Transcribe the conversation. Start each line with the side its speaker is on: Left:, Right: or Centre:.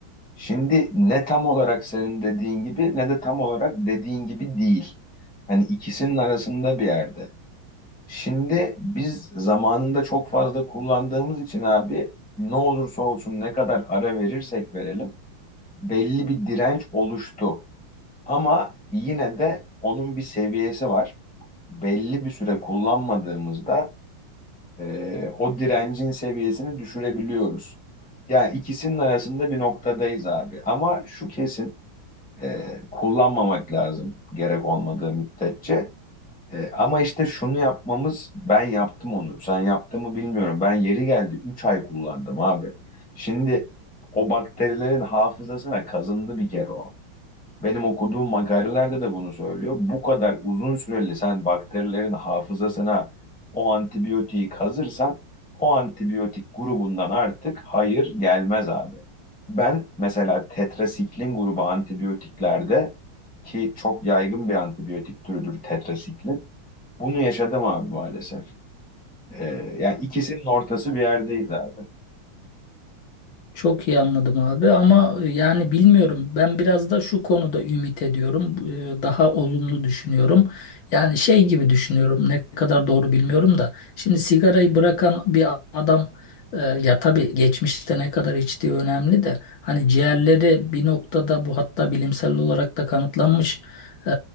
Centre: Şimdi ne tam olarak senin dediğin gibi ne de tam olarak dediğin gibi değil. Hani ikisinin arasında bir yerde. Şimdi biz zamanında çok fazla kullandığımız için abi ne olursa olsun ne kadar ara verirsek verelim belli bir direnç oluştu. Ama yine de onun bir seviyesi var. Belli bir süre kullanmadığımızda e, o direncin seviyesini düşürebiliyoruz. Yani ikisinin arasında bir noktadayız abi. Ama şu kesin e, kullanmamak lazım gerek olmadığı müddetçe. E, ama işte şunu yapmamız ben yaptım onu. Sen yaptın mı bilmiyorum. Ben yeri geldi 3 ay kullandım abi. Şimdi o bakterilerin hafızasına kazındı bir kere o. Benim okuduğum makalelerde de bunu söylüyor. Bu kadar uzun süreli sen bakterilerin hafızasına o antibiyotiği kazırsan o antibiyotik grubundan artık hayır gelmez abi. Ben mesela tetrasiklin grubu antibiyotiklerde ki çok yaygın bir antibiyotik türüdür tetrasiklin. Bunu yaşadım abi maalesef. Ee, yani ikisinin ortası bir yerdeyiz abi.
Left: Çok iyi anladım abi ama e, yani bilmiyorum ben biraz da şu konuda ümit ediyorum Ee, daha olumlu düşünüyorum yani şey gibi düşünüyorum ne kadar doğru bilmiyorum da şimdi sigarayı bırakan bir adam e, ya tabii geçmişte ne kadar içtiği önemli de hani ciğerleri bir noktada bu hatta bilimsel olarak da kanıtlanmış e,